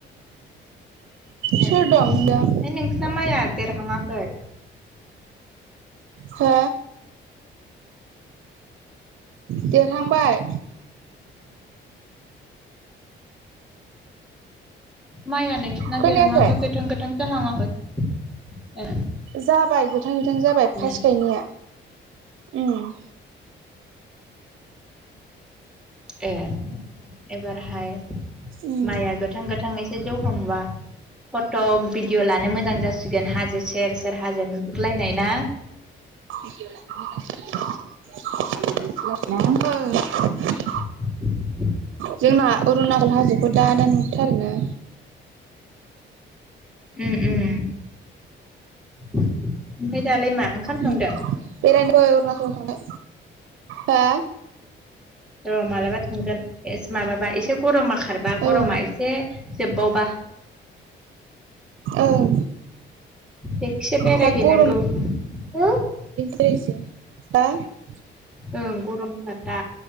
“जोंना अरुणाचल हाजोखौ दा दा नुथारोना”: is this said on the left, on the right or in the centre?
Right